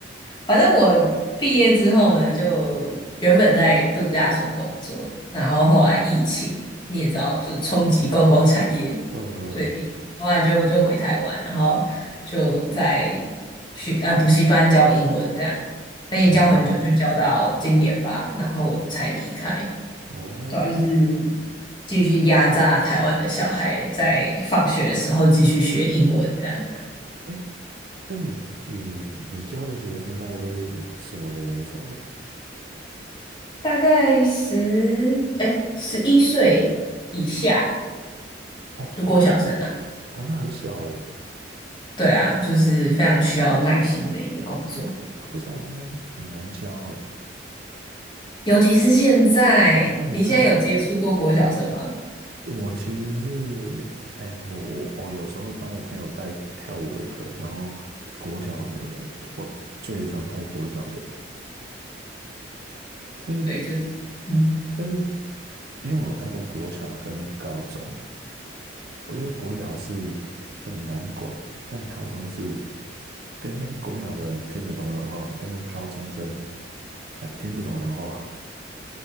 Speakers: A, on the left (about 25°); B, on the right (about 60°).
A: 反正我毕业之后呢，就原本在度假村工作，然后后来疫情，你也知道，就是冲击观光产业，
B: 呃，
A: 所以后来就就回台湾，然后就在学呃补习班教英文这样，那也教很久，
B: 哦，
A: 就教到今年吧，然后我才离开。
B: 哦，
A: 对啊，就是继续压榨台湾的小孩，在放学的时候继续学英文，这样
B: 哎，那你你你教的学生大概都是什么年龄层呢、
A: 大概十哎十一岁以下
B: 哦，
A: 就过小生了。
B: 哦，那很小哎，
A: 对啊，就是非常需要耐心的一个工作，
B: 哎，国小生很难教哎，
A: 尤其是现在，
B: 对，
A: 你现在有接触过国小生吗？
B: 超，我其实是，哎，我我我有时候会帮我朋友带跳舞的课，然后国小的，我最常带国小的。就是，
A: 对，就是嗯，
B: 但是因为我有带过国小跟高中，我觉得国小是很难管，但高中是，但但国小的人听得懂人话，但是高中生敢听不懂人话。